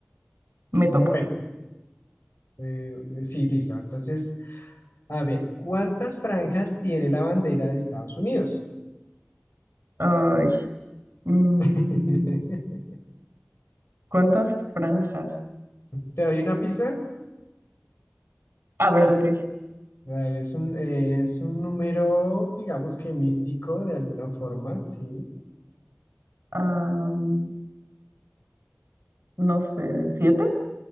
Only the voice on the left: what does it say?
bueno.
Eh, eh, sí, listo. Entonces, a ver, ¿cuántas franjas tiene la bandera de Estados Unidos?
<laughs>
¿Te doy una pista?
A ver, es un, eh, es un número, digamos que místico de alguna forma, ¿sí?